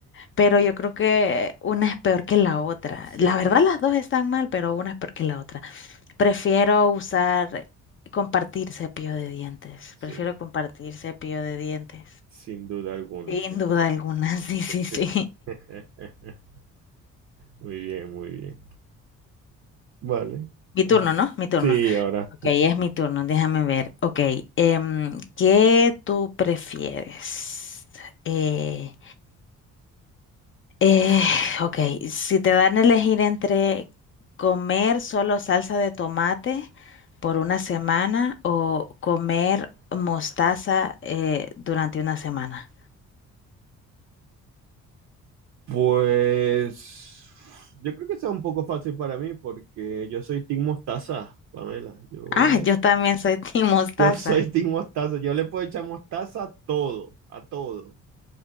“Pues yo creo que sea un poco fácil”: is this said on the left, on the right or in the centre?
Right